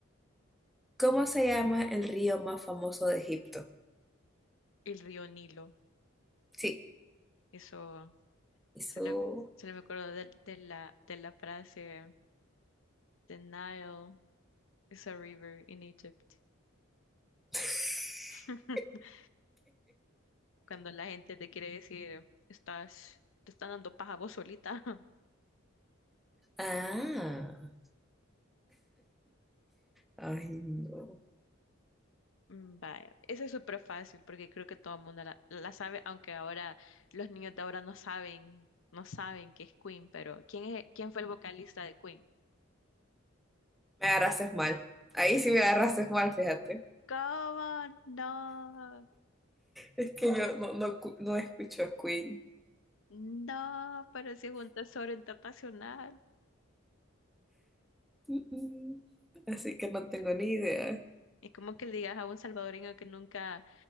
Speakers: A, in the centre; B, on the left (about 65°).
A: ¿Cómo se llama el río más famoso de Egipto?
B: el río Nilo.
A: Sí,
B: Eso,
A: eso.
B: solo, solo me acuerdo de, de la, de la frase, The Nile is a river in Egypt.
A: <laughs>
B: <laughs> Cuando la gente te quiere decir, estás, te están dando paja vos solita.
A: Ah, ay, no.
B: Mm, Vaya, eso es súper fácil porque creo que todo el mundo la, la sabe, aunque ahora los niños de ahora no saben, no saben que es Queen, pero ¿quién es, quién fue el vocalista de Queen?
A: Me agarraste mal. Ahí sí me agarraste mal, fíjate.
B: ¿Cómo? No,
A: Es que yo no, no, cu- no escucho Queen.
B: no, pero si es un tesoro internacional.
A: Mm, mm. Así que no tengo ni idea.
B: Es como que le digas a un salvadoreño que nunca,